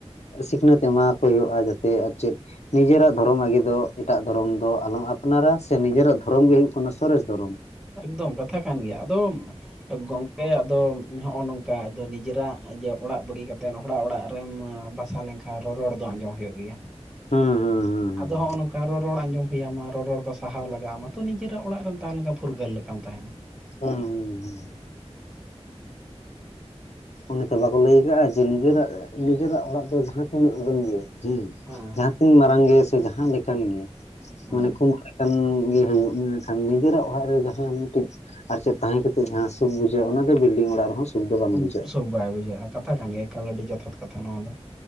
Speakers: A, on the left; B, in the centre.
A: ᱥᱤᱠᱷᱱᱟᱹᱛ ᱮᱢᱟᱦᱟᱠᱚ ᱦᱩᱭᱩᱜᱼᱟ, ᱡᱟᱛᱮ ᱟᱨ ᱪᱮᱫ ᱱᱤᱡᱮᱨᱟᱜ ᱫᱷᱚᱨᱚᱢ ᱟᱜᱮ ᱫᱚ ᱮᱴᱟᱜ ᱫᱷᱚᱨᱚᱢ ᱫᱚ ᱟᱞᱚᱢ ᱟᱯᱱᱟᱨᱟ ᱥᱮ ᱱᱤᱡᱮᱨᱟᱜ ᱫᱷᱚᱨᱚᱢ ᱜᱮ ᱦᱩᱭᱩᱜ ᱠᱟᱱᱟ ᱥᱚᱨᱮᱥ ᱫᱷᱚᱨᱚᱢ ᱾
B: ᱮᱠᱫᱚᱢ ᱠᱟᱛᱷᱟ ᱠᱟᱱ ᱜᱮᱭᱟ ᱟᱫᱚᱢ ᱜᱚᱝᱠᱮ ᱟᱫᱚ ᱦᱚᱜᱼᱚ ᱱᱚᱝᱠᱟ ᱟᱫᱚ ᱱᱤᱡᱮᱨᱟᱜ ᱡᱮ ᱚᱲᱟᱜ ᱵᱟᱹᱜᱤ ᱠᱟᱛᱮᱫ ᱦᱚᱲᱟᱜ ᱚᱲᱟᱜ ᱨᱮᱢ ᱵᱟᱠ ᱥᱟ ᱞᱮᱱᱠᱷᱟᱱ, ᱨᱚᱨᱚᱲ ᱫᱚ ᱟᱸᱡᱚᱢ ᱦᱩᱭᱩᱜ ᱜᱮᱭᱟ ᱾
A: ᱦᱩᱸ ᱦᱩᱸ ᱦᱩᱸ, ᱦᱩᱸ
B: ᱟᱫᱚ ᱦᱚᱸᱚᱜ ᱱᱚᱝᱠᱟ ᱨᱚᱲ ᱨᱚᱲ ᱟᱸᱡᱚᱢ ᱦᱩᱭᱟᱢᱟ ᱨᱚ ᱨᱚᱲ ᱠᱚ ᱥᱟᱦᱟᱣ ᱞᱟᱜᱟᱣᱢᱟ ᱛᱚ ᱱᱤᱡᱮᱨᱟᱜ ᱚᱲᱟᱜ ᱨᱮᱢ ᱛᱟᱦᱮᱸ ᱞᱮᱱᱠᱷᱟᱱ ᱯᱷᱩᱨᱜᱟᱹᱞ ᱞᱮᱠᱟᱢ ᱛᱟᱦᱮᱱᱟ᱾
A: ᱦᱩᱸ ᱦᱩᱸ ᱦᱩᱸ, ᱩᱱᱮ ᱛᱚ ᱵᱟᱠᱚ ᱞᱟᱹᱭ ᱟᱠᱟᱼᱟ ᱡᱮ ᱱᱤᱡᱮᱨᱟᱜ ᱱᱤᱡᱮᱨᱟᱜ ᱚᱲᱟᱜ ᱫᱚ ᱡᱟᱦᱟᱸ ᱛᱤᱱᱟᱹᱜ ᱩᱰᱟᱹᱝ ᱜᱮᱭᱟ᱾ ᱦᱩᱸ
B: ᱦᱮᱸ
A: ᱡᱟᱦᱟᱸ ᱛᱤᱱ ᱢᱟᱨᱟᱝ ᱜᱮ ᱥᱮ ᱡᱟᱦᱟᱸ ᱞᱮᱠᱟᱱ ᱜᱮ
B: ᱦᱮᱸ
A: ᱢᱟᱱᱮ ᱚᱱᱮᱠᱚ <unintelligible> ᱠᱟᱱ ᱜᱮ ᱦᱩᱭᱩᱜ ᱢᱮᱱᱠᱷᱟᱱ ᱱᱤᱡᱮᱨᱟᱜ ᱚᱲᱟᱜ ᱨᱮ ᱡᱟᱦᱟᱸᱱ ᱢᱤᱜᱴᱮᱜ ᱟᱨ ᱪᱮᱫ ᱛᱟᱦᱮᱸ ᱠᱟᱛᱮᱜ ᱡᱟᱦᱟᱸ ᱥᱩᱠ ᱵᱩᱡᱷᱟᱹᱜ ᱚᱱᱟ ᱜᱮ ᱵᱤᱞᱰᱤᱝ ᱚᱲᱟᱜ ᱨᱮᱦᱚᱸ, ᱥᱩᱠ ᱫᱚ ᱵᱟᱝ
B: ᱩᱵ
A: ᱵᱩᱡᱷᱟᱹᱜᱼᱟ
B: ᱥᱩᱠ ᱵᱟᱭ ᱵᱩᱡᱷᱟᱹᱜᱼᱟ ᱠᱟᱛᱷᱟ ᱠᱟᱱ ᱜᱮᱭᱟ ᱮᱠᱟᱞ ᱟᱹᱰᱤ ᱡᱚᱛᱷᱟᱛ ᱠᱟᱛᱷᱟ ᱱᱚᱣᱟ ᱫᱚ᱾